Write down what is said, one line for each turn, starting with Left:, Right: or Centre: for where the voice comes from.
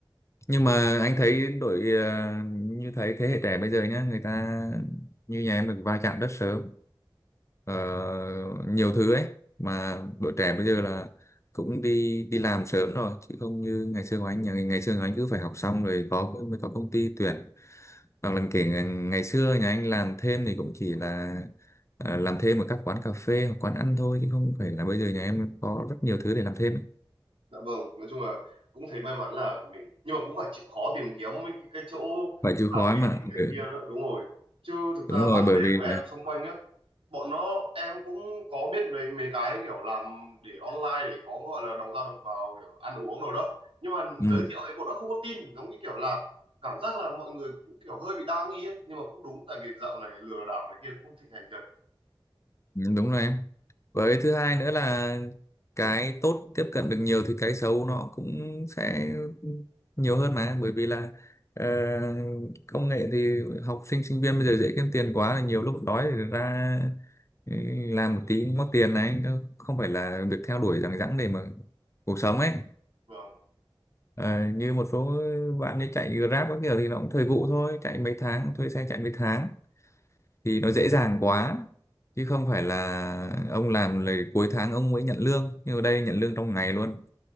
Left: Nhưng mà anh thấy đội ờ, như thấy thế hệ trẻ bây giờ nhá, người ta như nhà em được va chạm rất sớm ờ, nhiều thứ ấy mà đội trẻ bây giờ là cũng đi đi làm sớm rồi chứ không như ngày xưa của anh nhà ngày xưa của anh cứ phải học xong rồi có mới có công ty tuyển hoặc là kể ngày, ngày xưa nhà anh làm thêm thì cũng chỉ là ờ, làm thêm ở các quán cà phê hoặc quán ăn thôi chứ không phải là bây giờ nhà em có rất nhiều thứ để làm thêm ấy.
Right: dạ vâng nói chung là cũng thấy may mắn là mình nhưng mà cũng phải chịu khó tìm kiếm mấy cái, cái chỗ
Left: phải chịu
Right: học
Left: khó ấy mà
Right: uy tín này
Left: Ừ,
Right: kia nữa đúng rồi chứ thực ra
Left: đúng rồi
Right: bạn
Left: bởi
Right: bè
Left: vì
Right: của em xung quanh á bọn nó em cũng có biết về mấy cái kiểu làm để online để có gọi là đồng ra đồng vào kiểu ăn uống rồi đó nhưng mà
Left: ừ,
Right: giới thiệu thì bọn nó không có tin giống như kiểu là cảm giác là mọi người cũng kiểu hơi bị đa nghi ấy nhưng mà cũng đúng tại vì dạo này lừa đảo này kia cũng thịnh hành thật
Left: đúng rồi em với thứ hai nữa là cái tốt tiếp cận được nhiều thì cái xấu nó cũng sẽ nhiều hơn mà bởi vì là ờ, công nghệ thì học sinh sinh viên bây giờ dễ kiếm tiền quá là nhiều lúc đói thì ra ừ, làm một tí cũng có tiền này nó không phải là việc theo đuổi rằng rẵng để mà cuộc sống ấy
Right: vâng
Left: Ờ, như một số bạn như chạy Grab các kiểu thì nó cũng thời vụ thôi chạy mấy tháng thuê xe chạy mấy tháng thì nó dễ dàng quá chứ không phải là ông làm là cuối tháng ông mới nhận lương nhưng ở đây nhận lương trong ngày luôn